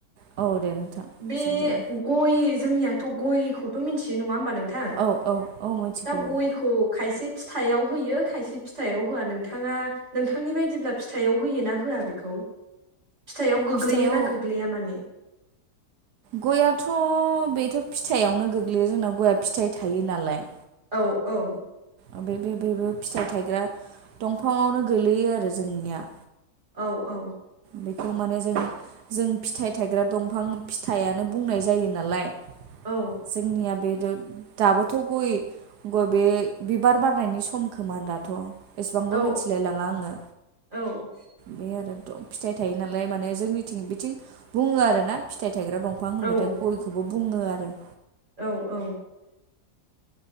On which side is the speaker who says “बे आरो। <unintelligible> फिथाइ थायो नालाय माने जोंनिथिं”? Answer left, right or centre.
Right